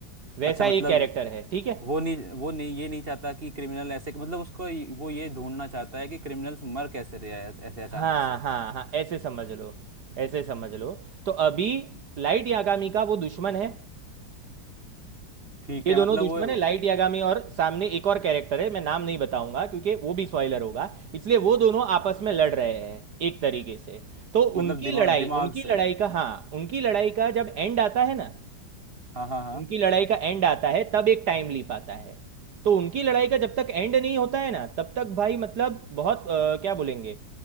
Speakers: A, on the right; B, on the right.
A: अच्छा
B: वैसा
A: मतलब
B: एक कैरेक्टर है ठीक है
A: वो नहीं वो नहीं ये नहीं चाहता कि क्रिमिनल ऐसे मतलब उसको ये- वो ये ढूंढना चाहता है कि क्रिमिनल्स मर कैसे रहे हैं ऐसे ऐसे अचानक
B: हाँ
A: से
B: हाँ हाँ ऐसे समझ लो ऐसे समझ लो तो अभी लाइट यागामी का वो दुश्मन है
A: ठीक
B: ये
A: है
B: दोनों
A: मतलब
B: दुश्मन
A: वो
B: है लाइट यागामी और सामने एक और कैरेक्टर है मैं नाम नहीं बताऊंगा क्योंकि वो भी स्पॉइलर होगा इसलिए वो दोनों आपस में लड़ रहे हैं एक तरीके से तो
A: मतलब
B: उनकी
A: दिमाग
B: लड़ाई
A: दिमाग
B: उनकी
A: से
B: लड़ाई का हाँ उनकी लड़ाई का जब एंड आता है ना
A: हाँ हाँ हाँ
B: उनकी लड़ाई का एंड आता है तब एक टाइम लीप आता है तो उनकी लड़ाई का जब तक एंड नहीं होता है ना तब तक भाई मतलब बहुत अ, क्या बोलेंगे